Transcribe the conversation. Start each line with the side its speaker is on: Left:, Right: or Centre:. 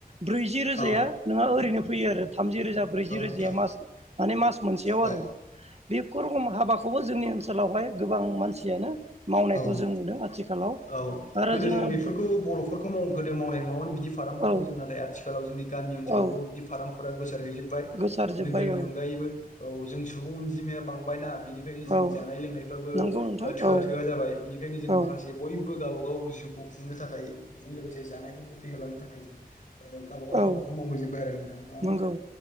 Right: ब्रैजि रोजाया
Left: औ
Right: नोंङहा ओरैनो फैयो आरो। थामजि रोजा, ब्रैजि
Left: औ
Right: रोजाया,
Left: नोंथां
Right: मास माने मास मोनसेयाव आरो।
Left: औ
Right: बे खुरख हाबाखौबो जोंनि ओनसोलावहाय गोबां मानसियानो मावनायखौ
Left: औ औ
Right: जों नुदों आथिखालाव।
Left: औ
Right: आरो
Left: गोदो
Right: जोङो
Left: जों बेफोरखौ बर'फोरखौ माव गोदो मावनाय मावोमोन बिदि फारामफोरखौ
Right: औ
Left: जों नाथाय आथिखालाव जों गामि ओसावबो
Right: औ
Left: बिदि फाराम फोरा गोसार हैजोब्बाय
Right: गोसारजोब्बाय
Left: नोगोरनि
Right: औ
Left: अनगायैबो औ जों सुबुं अनजिमाया बांबायना बेनिखायनो जोंनि
Right: औ
Left: जानाय लोंनायफ्राबो
Right: नंगौ नोंथां
Left: थोआ
Right: औ
Left: -थोआ जाबाय बेनिखायनो जों माखासे
Right: औ
Left: बयबो गावबा -गाव जिउखौ खुंनो थाखाय बेजों लोगोसे जानायखौबो फ्रिहोलांनो थाखाय जों गावबा गाव
Right: औ
Left: हाबाखौ मावहैजोब्बाय आरो नोंथां ना
Right: नंगौ